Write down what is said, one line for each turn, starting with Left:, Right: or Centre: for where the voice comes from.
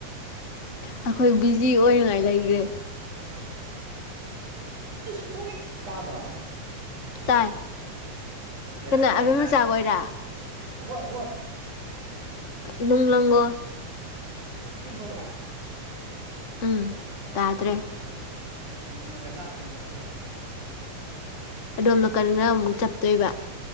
Left: ꯑꯩꯈꯣꯏ ꯕꯤꯖꯤ ꯑꯣꯏꯅꯉꯥꯏ ꯂꯩꯈ꯭ꯔꯦ
Right: ꯐ ꯇꯕ꯭ꯔꯥ
Left: ꯇꯥꯏ
Right: ꯕꯦꯔꯥꯅꯤ
Left: ꯀꯅꯥ
Right: ꯑꯩ
Left: ꯑꯦꯝ
Right: ꯇꯥꯔꯤ
Left: ꯃꯆꯥ ꯑꯣꯏ ꯑꯣꯏꯔ
Right: ꯍꯣꯏ ꯍꯣꯏ
Left: ꯅꯨꯡ ꯂꯪꯒꯣ
Right: ꯀꯝ ꯐꯕ꯭ꯔꯥ
Left: ꯎꯝ ꯇꯥꯗ꯭ꯔꯦ
Right: ꯑꯅꯤ ꯁꯨꯅ ꯀꯅꯥ ꯀ ꯐꯦ
Left: ꯑꯗꯣꯝꯅ ꯀꯟꯅꯅ ꯑꯃꯨꯛ ꯆꯞꯠꯇꯣꯏꯕ